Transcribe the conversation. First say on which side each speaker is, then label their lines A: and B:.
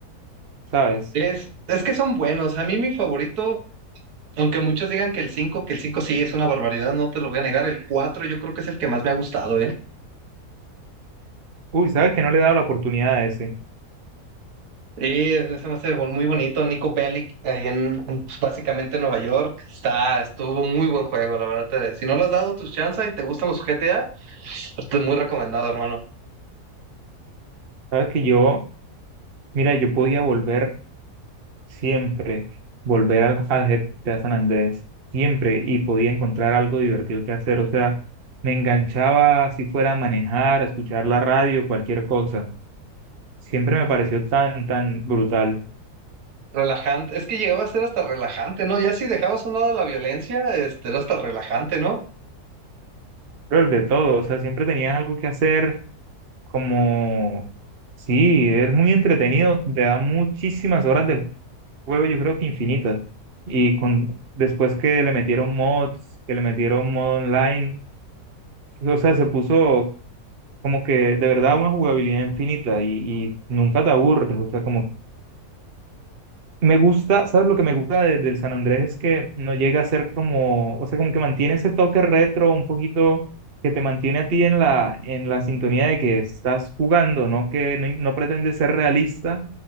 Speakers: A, on the right; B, on the right.
A: ¿sabes?
B: Es, es que es favorito, aunque muchos digan que el cinco, que el cinco es barbaridad, no te lo voy a negar. El 4, yo creo que es el que más me ha gustado, ¿eh?
A: Uy, ¿sabes que no le he dado la oportunidad a ese?
B: Sí, ese se me hace bo- muy bonito. Nico Bellic, ahí en, en, pues, básicamente en Nueva York, está, estuvo muy buen juego, la verdad. te- si no lo has dado tus chances y te gustan los GTA, pues, te muy recomendado, hermano.
A: ¿Sabes que yo, mira, yo podía volver siempre volver al, al GTA San Andrés, siempre, y podía encontrar algo divertido que hacer. O sea, me enganchaba si fuera a manejar, a escuchar la radio, cualquier cosa. Siempre me pareció tan, tan brutal.
B: Relajante, es que llegaba a ser hasta relajante, ¿no? Ya si dejabas a un lado la violencia, este, era hasta relajante, ¿no?
A: Pero de todo, o sea, siempre tenías algo que hacer, como, sí, es muy entretenido, te da muchísimas horas de juego, yo creo que infinitas. Y con, después que le metieron mods, que le metieron modo online, o sea, se puso como que de verdad una jugabilidad infinita y, y nunca te aburres, o sea, como me gusta, ¿sabes lo que me gusta de- del San Andrés? Es que no llega a ser como, o sea, como que mantiene ese toque retro un poquito que te mantiene a ti en la, en la sintonía de que estás jugando, ¿no? Que no, no pretende ser realista